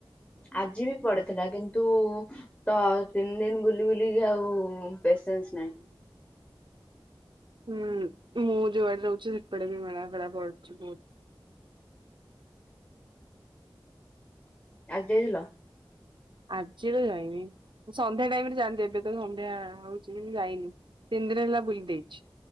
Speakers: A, on the left (about 15°); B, on the right (about 60°).
A: ଆଜି ବି ପଡିଥିଲା କିନ୍ତୁ ତ ତିନି ଦିନ ବୁଲି ବୁଲିକି ଆଉ ପେସେନ୍ସ ନାହିଁ।
B: ହୁଁ ମୁଁ ଯୋଉ ଆଡେ ରହୁଛି ସେପଟେ ବି ମେଳା ଫେଳା ପଡୁଛି ବହୁତ।
A: ଆଜି ଯାଇଥିଲ?
B: ଆଜି ତ ଯାଇନି ସନ୍ଧ୍ୟା ଟାଇମ୍ ରେ ଯାଆନ୍ତି ଏବେ ତ ସନ୍ଧ୍ୟା ହଉ ଛି କିନ୍ତୁ ଯାଇନି ତିନି ଦିନ ହେଲା ବୁଲି ଦେଇଛି।